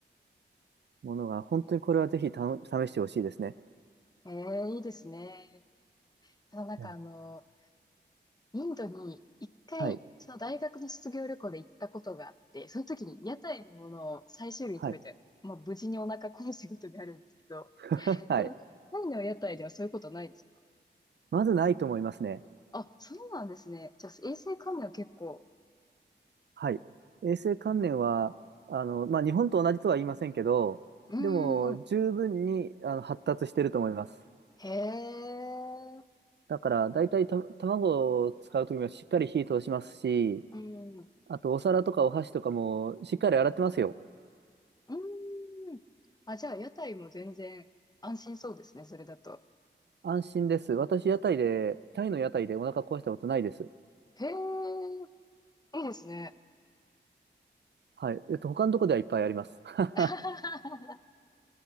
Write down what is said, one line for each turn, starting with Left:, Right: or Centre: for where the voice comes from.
Right: ものが、本当にこれはぜひた試してほしいですね。
Left: へえ、いいですね。ただなんかあの、
Right: うん
Left: インドに一回、
Right: はい。
Left: その大学の卒業旅行で行ったことがあって、その時に屋台のものを最終日に食べて、
Right: はい。
Left: まあ無事にお腹壊したことがあるんですけど、
Right: <laughs> はい。
Left: そのタイの屋台ではそういうことないですか
Right: まずないと思いますね。
Left: あ、そうなんですね。じゃあ衛生管理は結構、
Right: はい。衛生観念は、あの、まあ、日本と同じとは言いませんけど、
Left: うー
Right: でも、
Left: ん、
Right: 十分に、あの、発達してると思います。
Left: へえ、
Right: だから、大体た、卵を使うときはしっかり火通しますし、
Left: うん、う
Right: あと、お皿とかお箸とかもしっかり洗ってますよ。
Left: ーん。あ、じゃあ屋台も全然安心そうですね、それだと。
Right: 安心です。私、屋台で、タイの屋台でお腹壊したことないです。
Left: へえ、いいですね。
Right: はい。えっと、他のとこではいっぱいあります。<laughs>
Left: <laughs>